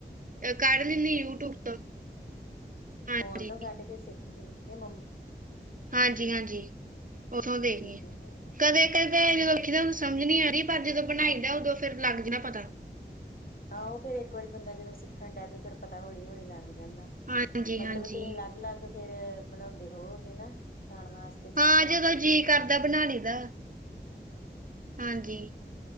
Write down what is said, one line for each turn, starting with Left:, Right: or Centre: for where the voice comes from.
Right: ਕਰ ਨਹੀਂ ਨਹੀਂ ਯੂਟਿਊਬ
Left: ਹੂੰ
Right: ਤੋਂ ਹਾਂਜੀ
Left: ਫੋਨ ਤੋਂ ਕੱਢ ਕੇ ਸਿੱਖਦੇ ਜਾ ਮੰ
Right: ਹਾਂਜੀ, ਹਾਂਜੀ ਉੱਥੋਂ
Left: ਠੀਕ
Right: ਦੇਖਣੀ
Left: ਹੈ
Right: ਕਦੇ ਕਦੇ ਜਦੋਂ ਦੇਖੀ ਦਾ ਉਹਨੂੰ ਸਮਝ ਨੀ ਆ ਰਹੀ ਪਰ ਜਦੋਂ ਬਣਾਈ ਦਾ ਉਦੋਂ ਫੇਰ ਲੱਗ ਜਾਂਦਾ ਪਤਾ
Left: ਆਹੋ ਫੇਰ ਇੱਕ ਵਾਰੀ ਬੰਦਾ ਜਦੋਂ ਸਿੱਖਣ ਡਿਆ ਵੀ ਫਿਰ ਪਤਾ ਹੌਲੀ ਹੌਲੀ ਲੱਗ ਜਾਂਦਾ
Right: ਹਾਂਜੀ
Left: ਮਤਲਬ
Right: ਹਾਂਜੀ
Left: ਤੁਸੀਂ ਅਲੱਗ ਅਲੱਗ ਫੇਰ ਬਣਾਉਂਦੇ ਹੋਵੋਗੇ ਨਾ। ਖਾਣ ਵਾਸਤੇ ਚੀਜ਼ਾਂ
Right: ਹਾਂ ਜਦੋਂ ਜੀ ਕਰਦਾ ਬਣਾ ਲਈਦਾ
Left: ਅੱਛਾ।
Right: ਹਾਂਜੀ,